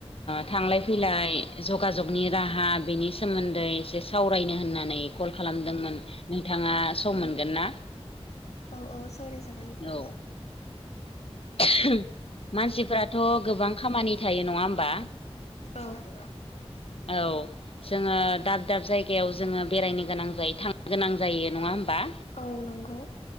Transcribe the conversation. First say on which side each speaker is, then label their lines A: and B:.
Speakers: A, on the left; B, on the left.
A: थांलाय फैलाय जगाजगनि राहा बेनिस सोमोन्दै एसे सावरायनो होननानै कल खालामदोंमोन नोंथाङा सम
B: औ
A: मोनगोन ना?
B: औ औ सावराय जा
A: औ <unintelligible> मानसिफ्राथ' गोबां खामानि थायो नङा होमबा
B: औ
A: औ जोङो दाब दाब जायगायाव जोङो बेरायनो गोनां जायो थांनो गोनां जायो नङा होमबा
B: औ नंगौ